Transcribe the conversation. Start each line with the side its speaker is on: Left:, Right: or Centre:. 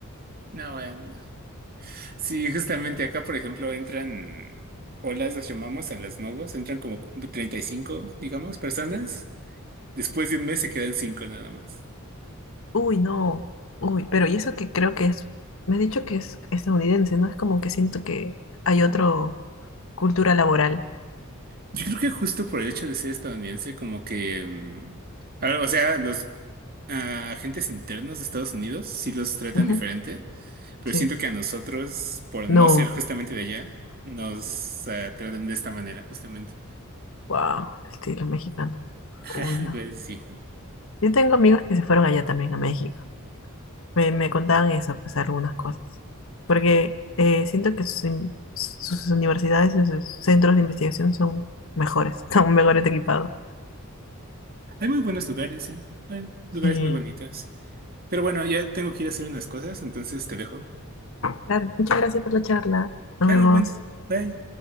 Right: no, bueno. Sí, justamente acá, por ejemplo, entran olas, los llamamos a los nuevos, entran como 35, digamos, personas. Después de un mes se quedan cinco nada más.
Left: Uy, no. Uy, pero y eso que creo que es, me has dicho que es estadounidense, ¿no? Es como que siento que hay otro cultura laboral.
Right: Yo creo que justo por el hecho de ser estadounidense, como que, mm, a- o sea, los ah, agentes internos de Estados Unidos sí los tratan
Left: Ujú,
Right: diferente, pero
Left: Sí.
Right: siento que a nosotros, por no
Left: No.
Right: ser justamente de allá, nos ah, tratan de esta manera, justamente.
Left: Wow, el estilo mexicano.
Right: <laughs>
Left: Uy, no.
Right: Pues sí.
Left: Yo tengo amigos que se fueron allá también a México. Me, me contaban eso, pues algunas cosas. Porque eh, siento que sus, in- sus universidades, y sus centros de investigación son mejores, <laughs> son mejores equipados.
Right: Hay muy buenos lugares, sí. Hay lugares
Left: Sí.
Right: muy bonitos. Pero bueno, ya tengo que ir a hacer unas cosas, entonces te dejo.
Left: Claro, muchas gracias por la charla. Nos
Right: Claro,
Left: vemos.
Right: buen, bye.